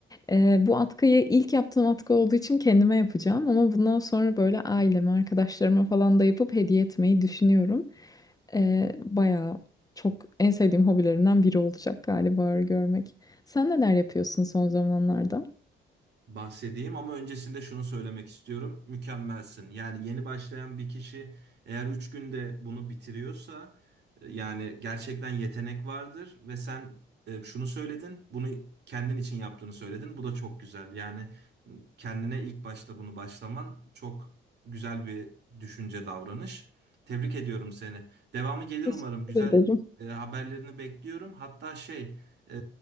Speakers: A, on the left; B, on the right.
A: E, bu atkıyı ilk yaptığım atkı olduğu için kendime yapacağım ama bundan sonra böyle aileme, arkadaşlarıma falan da yapıp hediye etmeyi düşünüyorum. E, bayağı çok en sevdiğim hobilerimden biri olacak galiba örgü örmek. Sen neler yapıyorsun son zamanlarda?
B: bahsedeyim ama öncesinde şunu söylemek istiyorum. Mükemmelsin. Yani yeni başlayan bir kişi eğer 3 günde bunu bitiriyorsa e, yani gerçekten yetenek vardır ve sen e, şunu söyledin. Bunu kendin için yaptığını söyledin. Bu da çok güzel. Yani m, kendine ilk başta bunu başlaman çok güzel bir düşünce davranış. Tebrik ediyorum seni. Devamı gelir
A: Teşekkür
B: umarım. Güzel
A: ederim.
B: e, haberlerini bekliyorum. Hatta şey ee,